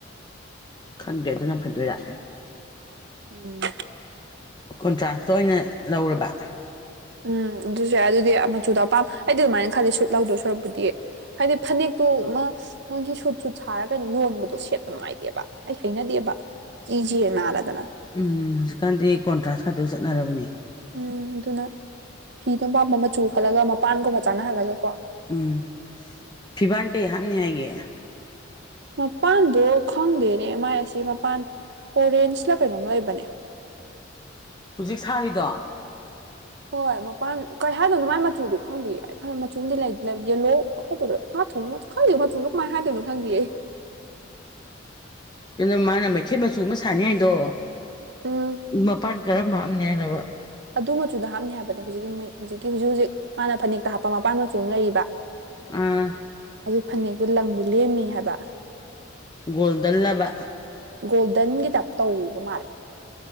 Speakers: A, on the left (about 20°); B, on the right (about 60°).
A: ꯈꯪꯗꯦ ꯑꯗꯨꯅ ꯐꯗꯣꯏꯔꯥ
B: ꯎꯝ
A: ꯀꯣꯟꯇ꯭ꯔꯥꯁ ꯑꯣꯏꯅ ꯂꯧꯔꯕ
B: ꯎꯝ ꯑꯗꯨꯁꯨ ꯌꯥ ꯑꯗꯨꯗꯤ ꯃꯆꯨꯗꯣ ꯑꯄꯥꯝ ꯑꯩꯗꯤ ꯑꯗꯨꯃꯥꯏꯅ ꯈꯜꯂꯤ ꯁꯨꯠ ꯂꯧꯗꯣꯏ ꯁꯣꯔꯨꯛꯄꯨꯗꯤ ꯍꯥꯏꯗꯤ ꯐꯅꯦꯛ ꯇꯣ ꯃꯥ ꯃꯣꯏꯒꯤ ꯁꯨꯠ ꯁꯨꯠ ꯁꯥꯔꯒꯩꯅꯣ ꯌꯣꯟꯕꯗꯣ ꯁꯦꯠꯇ ꯅꯨꯡꯥꯏꯇꯦꯕ ꯑꯩ ꯍꯩꯅꯗꯦꯕ <unintelligible> ꯅꯥꯜꯂꯗꯥꯅ
A: ꯎꯝ ꯍꯧꯖꯤꯛꯀꯥꯟꯗꯤ ꯀꯣꯟꯇ꯭ꯔꯥꯟ ꯈꯛꯇ ꯆꯠꯅꯔꯕꯅꯤ
B: ꯎꯝ ꯑꯗꯨꯅ ꯐꯤꯗꯣꯝ ꯄꯥꯝꯕ ꯃꯆꯨ ꯈꯜꯂꯒ ꯃꯄꯥꯟꯒꯨꯝꯕ ꯆꯥꯟꯅꯍꯜꯂꯒ ꯀꯣ
A: ꯎꯝ ꯐꯤꯕꯥꯜ ꯀꯩ ꯍꯥꯞꯅꯤ ꯍꯥꯏꯒꯦ
B: ꯃꯄꯥꯟꯗꯣ ꯈꯪꯗꯦꯅꯦ ꯑꯦꯝ ꯃꯥꯏ ꯑꯁꯤ ꯃꯄꯥꯟ ꯑꯣꯔꯦꯟꯖꯂ ꯀꯩꯅꯣꯝ ꯂꯩꯕꯅꯦ
A: ꯍꯧꯖꯤꯛ ꯁꯥꯔꯤꯗꯣ
B: ꯍꯣꯏ ꯃꯄꯥꯟ ꯀꯔꯤ ꯍꯥꯏꯗꯣꯏꯅꯣ ꯃꯥꯏ ꯃꯆꯨꯗꯣ ꯈꯪꯗꯦ <unintelligible> ꯃꯆꯨꯗꯤ <unintelligible> ꯂꯩ ꯌꯦꯂꯣ <unintelligible> ꯉꯥ ꯊꯣꯡ ꯈꯪꯗꯦ ꯃꯆꯨꯗꯨ ꯀꯃꯥꯏ ꯍꯥꯏꯗꯣꯏꯅꯣ ꯈꯪꯗꯦ
A: ꯏꯟꯅꯥꯃꯥꯅ ꯃꯩꯈꯦꯠ ꯃꯆꯨ ꯑꯃ ꯁꯥꯅꯤ ꯍꯥꯏꯗꯣ
B: ꯎꯝ
A: ꯃꯄꯥꯟ ꯀꯔꯝꯕ ꯍꯥꯞꯅꯤ ꯍꯥꯏꯅꯣꯕꯥ
B: ꯑꯗꯨ ꯃꯆꯨꯗ ꯍꯥꯞꯅꯤ ꯍꯥꯏꯕꯅꯦ ꯍꯧꯖꯤꯛꯀꯤ ꯍꯧꯖꯤꯛꯀꯤ ꯍꯧꯖꯤꯛ ꯍꯧꯖꯤꯛ ꯃꯥꯅ ꯐꯅꯦꯛꯇ ꯍꯥꯞꯄ ꯃꯄꯥꯟ ꯃꯆꯨ ꯑꯃ ꯂꯩꯔꯤꯕ
A: ꯑꯥ
B: ꯑꯗꯨ ꯐꯅꯦꯛꯇꯣ ꯂꯪꯗꯣ ꯂꯦꯝꯃꯤ ꯍꯥꯏꯕ
A: ꯒꯣꯜꯗꯜꯂꯕ
B: ꯑꯗꯨꯒꯤ ꯒꯣꯜꯗꯟꯒꯤ ꯇꯥꯏꯞ ꯇꯧꯕ ꯃꯥꯜꯂꯦ